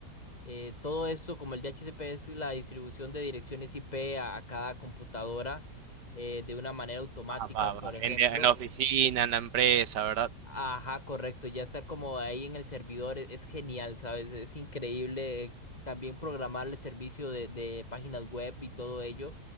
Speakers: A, on the left; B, on the right.
A: eh, todo esto como el DHCP es la distribución de direcciones IP a, a cada computadora eh, de una manera automática,
B: Ah, va,
A: por
B: va.
A: ejemplo,
B: En, la en la oficina, en la empresa, ¿verdad?
A: Ajá, correcto, ya estar como ahí en el servidor e- es, genial, ¿sabes? Es increíble eh, también programar el servicio de, de páginas web y todo ello,